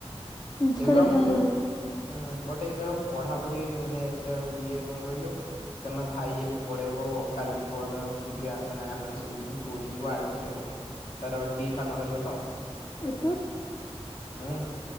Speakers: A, on the left (about 35°); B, on the left (about 70°).
A: ଇଷ୍ଟାଟ
B: ଏବେ
A: ଏଗ୍ ଜାମ
B: ମୁଁ
A: ଦେଲୁଟ୍।
B: ହୁଁ ବଟ୍ ଏବେ ଆଉ ପଢାପୁଢି ମାନେ ଏତେ ଆଉ ଇଏ କଣ କଇଲୁ କାରଣ ଭାଇ ଏବେ ପଳେଇବ କାଲି ପର୍ଦିନ ଜିବେ ମାନେ ଆମ୍ ମାନେ ସବୁ ଯିବୁ ପୁରି ଯିବୁ ଆଡ଼ମିଶନ ପାଇଁ ତାର ଡି ଫାର୍ମା କରିବ ତ।
A: ଆଉ ତୁ?
B: ମୁଁ